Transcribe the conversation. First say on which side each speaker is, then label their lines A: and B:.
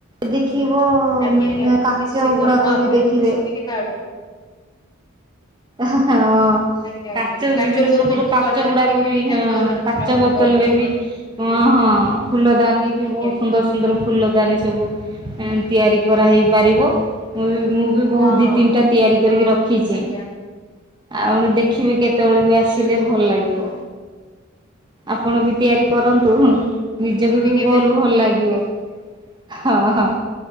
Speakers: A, on the right; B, on the left.
A: ଦେଖି ଦେଖିବ ଉଁ
B: ଆଜ୍ଞା ଆଜ୍ଞା
A: କାଚ
B: ନିଶ୍ଚିତ
A: ଗୁଡ଼ାକ
B: ମୁଁ ଆପଣଙ୍କଠୁ
A: ବି ଦେଖିବେ।
B: ଶୁଣିକି ତା
A: ହା ହା ହଁ।
B: ଆଜ୍ଞା ଆଜ୍ଞା
A: କାଚ ବିଭିନ୍ନ
B: ବୋତଲକୁୁ
A: ପ୍ରକାର କାଚ
B: କଲର
A: ଗୁଡ଼ାକ
B: କରିକି
A: ବି
B: ତାକୁ
A: ହଁ କାଚ
B: ରଙ୍ଗ
A: ବୋତଲରେ
B: କରି
A: ବି ଅ ହଁ ଫୁଲଦାନୀ ବି
B: ଆଜ୍ଞା
A: ବହୁତ ସୁନ୍ଦର ସୁନ୍ଦର ଫୁଲ ଦାନି ସବୁ ତିଆରି କରାହେଇ ପାରିବ ମୁଁ ବି ମୁଁ ବି ବହୁତ
B: ହଁ
A: ଦି ତିନିଟା ତିଆରି କରିକି ରଖିଛି
B: ଆଜ୍ଞା
A: ଆଉ ଦେଖିବେ। କେତେବେଳେ ବି ଆସିଲେ
B: ହୁଁ ହୁଁ
A: ଭଲ ଲାଗିବ ଆପଣ ବି ତିଆରି କରନ୍ତୁ
B: ହୁଁ
A: ନିଜକୁ
B: ମୁଁ ଯିବି
A: ବି
B: କେବେ
A: ବହୁତ ଭଲ ଲାଗିବ ହଁ ହଁ।